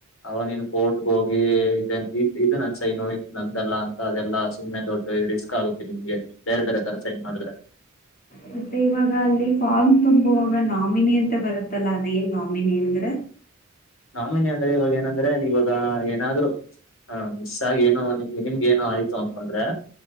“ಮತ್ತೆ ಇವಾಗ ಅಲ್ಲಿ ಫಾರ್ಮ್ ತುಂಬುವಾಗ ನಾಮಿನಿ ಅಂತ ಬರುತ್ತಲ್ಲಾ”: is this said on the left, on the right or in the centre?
Left